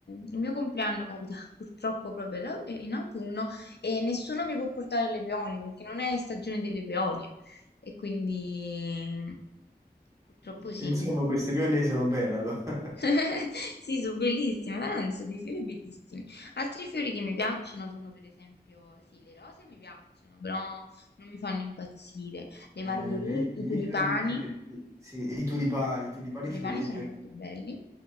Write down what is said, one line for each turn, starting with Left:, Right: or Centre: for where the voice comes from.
Left: il mio compleanno capita <laughs> purtroppo proprio all'au- eh, in autunno e nessuno mi può portare le peonie perché non è stagione delle peonie. E quindi purtroppo
Right: E-
Left: sì.
Right: Insomma, queste pionie sono belle allora. <laughs>
Left: <laughs> Sì, sono bellissime, veramente sono dei fiori bellissimi. Altri fiori che mi piacciono sono per esempio, sì, le rose mi piacciono, però non mi fanno impazzire. Le
Right: Eh,
Left: margherite,
Right: me- i miei
Left: i tulipani,
Right: fiori preferiti,
Left: i
Right: sì, e i tulipani, i tulipani
Left: tulipani
Right: sono i miei
Left: sono
Right: fiori.
Left: molto belli,